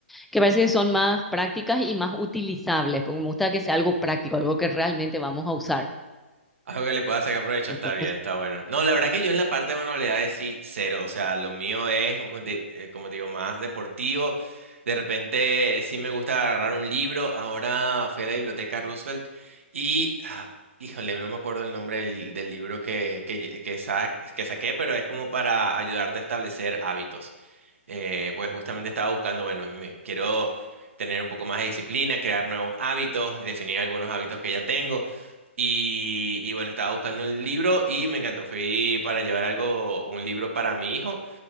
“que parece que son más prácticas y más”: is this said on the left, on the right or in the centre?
Centre